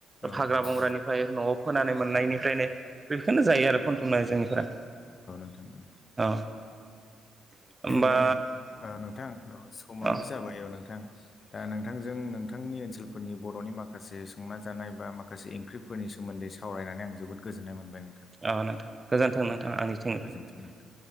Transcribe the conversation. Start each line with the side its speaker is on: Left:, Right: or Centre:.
Left: औ
Right: हाग्रा बंग्रानिफ्राय
Left: नोंथां
Right: न'आव फोनानै मोननायनिफ्रायनो बेखोनो जायो आरो खनथुमनानै जोंनिफोरा
Left: नंगौ।
Right: अ होमबा
Left: दा नों ओ नोंथां औ समाबो
Right: अ
Left: जाबाय औ नोंथां। दा नोंथांजों नोंथांनि ओनसोलफोरनि बर'नि माखासे संना जानाय बा माखासे ओंख्रिफोरनि सो सोमोन्दै सावरायनानै आं जोबोद गोजोननाय मोनबाय नोंथां
Right: अ नोंथां गोजोन्थों नोंथां
Left: औ,
Right: आंनिथिं
Left: गोजोन्थों नोंथां